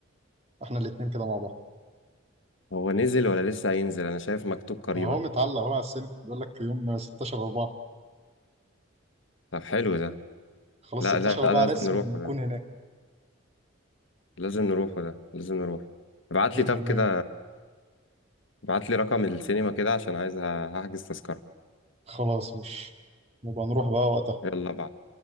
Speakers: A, on the right; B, on the left.
A: احنا الاثنين كده مع بعض
B: هو نزل ولا لسه هينزل أنا شايف مكتوب قريبا
A: اهو متعلق اهو على السينما بيقول لك يوم 16 4
B: طب حلو ده
A: خلاص
B: لا
A: 16
B: لا
A: 4
B: لازم
A: رسمي
B: نروحه
A: نكون
B: ده
A: هناك
B: لازم نروحه ده لازم نروح ابعت
A: 100%
B: لي طب كده ابعت لي رقم السينما كده عشان عايز أ- هحجز تذكرة
A: خلاص مش نبقى نروح بقى وقتها
B: يلا بعد